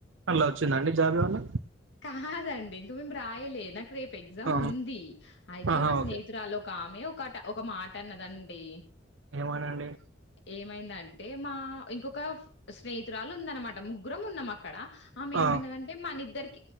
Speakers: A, on the right; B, on the left.
A: అల్లా వచ్చిందా అండి జాబ్ ఏమన్నా
B: కాదండి ఇంక మేము రాయలే నాకు రేప్ పెగ్జామ్
A: ఆ
B: ఉంది అయితే
A: ఆహా
B: మా స్నేహితురాలు
A: ఓకే
B: ఒక ఆమె మే ఒకట ఒక మాటన్నదండి
A: ఏమని అండి
B: ఏమైందంటే మా ఇంకొక ఫ్ స్నేహితురాలు ఉందన్నమాట ముగ్గురం ఉన్న మా అక్కడ ఆమె
A: ఆ
B: ఏమన్నదంటే మన ఇద్దరికి